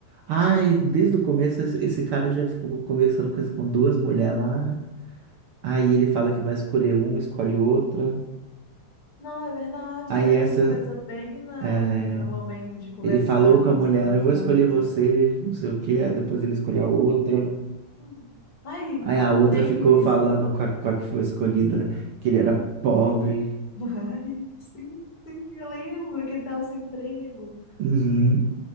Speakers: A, on the right (about 70°); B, on the left (about 35°).
A: Ai, desde o começo esse esse cara já ficou conversando com, as- com duas mulheres lá. Aí ele fala que vai escolher uma, escolhe outra.
B: Não, é verdade.
A: Aí
B: Teve
A: essa,
B: essa coisa bem na-
A: é,
B: ali no momento de conversar
A: ele falou
B: ali
A: com
B: entre
A: a mulher,
B: os casais.
A: ela, eu vou escolher você, não sei o quê. Aí depois ele escolheu a outra.
B: Uhum. Ai,
A: Aí a outra
B: tem
A: ficou falando
B: isso.
A: com a, com a que foi escolhida que ele era pobre.
B: <laughs> Ai, sim, sim, eu lembro que ele tava sem emprego.
A: Uhum.